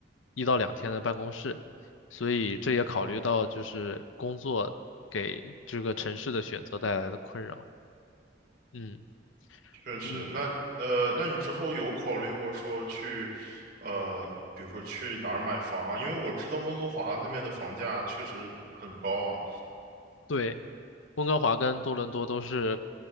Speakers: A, on the left; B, on the right.
A: 一到两天的办公室，所以这也考虑到就是工作给这个城市的选择带来的困扰。
B: 哦，
A: 嗯
B: 确实，
A: 嗯，
B: 那呃，那你之后有考虑过说去，呃，比如说去哪儿买房啊？因为我知道温哥华那边的房价确实很高啊，
A: 对，温哥华跟多伦多都是